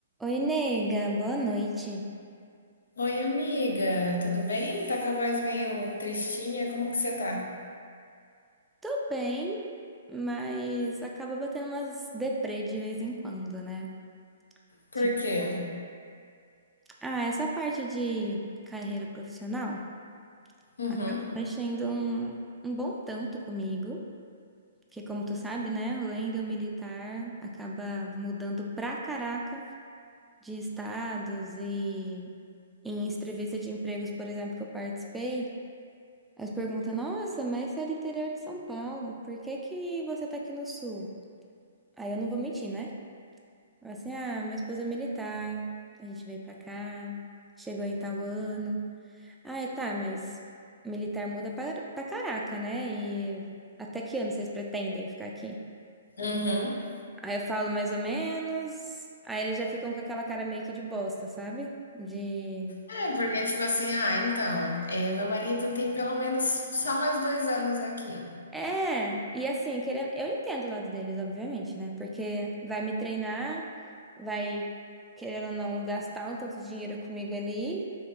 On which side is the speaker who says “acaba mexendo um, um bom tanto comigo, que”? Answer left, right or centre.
Centre